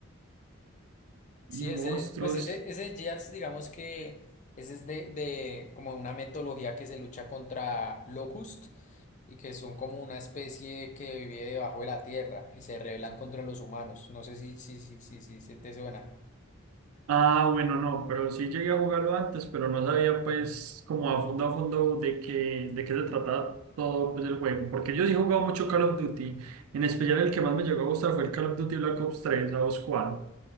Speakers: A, on the left; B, on the right.
A: Sí,
B: Y monstruos.
A: ese es, pues ese, ese GEARS, digamos que ese es de, de como una metodología que se lucha contra Locust y que son como una especie que vive debajo de la tierra y se rebelan contra los humanos. No sé si, si, si, si, si, si te suena.
B: Ah, bueno, no, pero sí llegué a jugarlo antes, pero no sabía pues como a fondo a fondo de qué, de qué se trataba todo pues, el juego. Porque yo sí he jugado mucho Call of Duty. En especial el que más me llegó a gustar fue el Call of Duty Black Ops tres ¿A vos cuál?